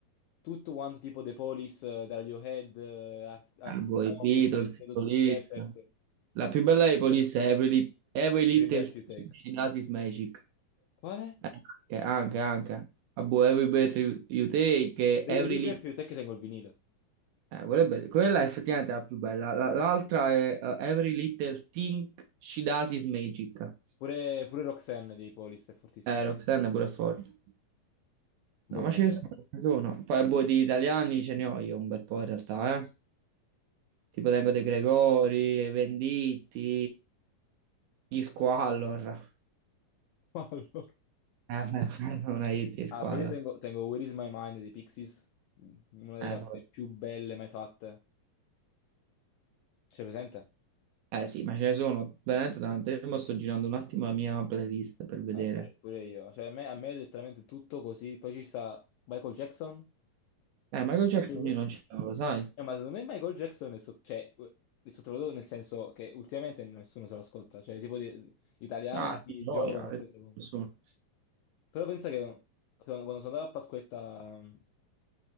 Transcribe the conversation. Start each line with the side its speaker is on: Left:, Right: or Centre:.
Left: tutto quanto tipo The Police, eh, da Radiohead, eh, Art- Arctic
Right: boh, i
Left: Monkeys,
Right: Beatles,
Left: Red
Right: i
Left: Hot
Right: Police.
Left: Chili Peppers, eh,
Right: La più bella dei Police è Every, Lit- Every Little
Left: Every Breath You Take.
Right: Thing di Nasis Magic.
Left: Quale?
Right: Eh, anche, anche, anche. Ah, boh, every breath you take, eh,
Left: Devi
Right: every
Left: devi
Right: little
Left: Blueprint è che tengo il vinile.
Right: Eh, quella, è be- quella è effettivamente la più bella. La- L'altra è eh, Every Little Thing She Does Is Magic.
Left: Pure, pure Roxanne dei Polis è fortissimo.
Right: Eh, Roxanne è pure forte.
Left: Boh,
Right: No, ma
Left: ma
Right: ce
Left: c'è.
Right: ne sono, ce ne sono. Poi, boh, di italiani ce ne ho io un bel po' in realtà, eh. Tipo tengo De
Left: <laughs>
Right: Gregori, i Venditti, gli Squallor.
Left: Allora.
Right: Eh, beh, <laughs> non hai detto gli Squallor.
Left: Ah, poi io tengo, tengo Where is my mind dei Pixies, una delle
Right: Eh,
Left: canzoni
Right: forte.
Left: più belle mai fatte. C'è presente?
Right: Eh sì, ma ce ne sono veramente tante. Io mo sto girando un attimo la mia playlist per vedere.
Left: Ah, pure, pure io. Cioè, a me, a me è letteralmente tutto così. Poi ci sta Michael Jackson.
Right: Eh, Michael Jackson
Left: E questo-
Right: io non ce l'avevo, sai?
Left: Eh, ma secondo me Michael Jackson è, so- cioè, è sottovalutato nel senso che ultimamente nessuno se lo ascolta. Cioè, tipo di- italiani,
Right: Ah, sì, gioia.
Left: giovani, non so se...
Right: Nessuno.
Left: Però pensa che quando quando sono andato a Pasquetta mh,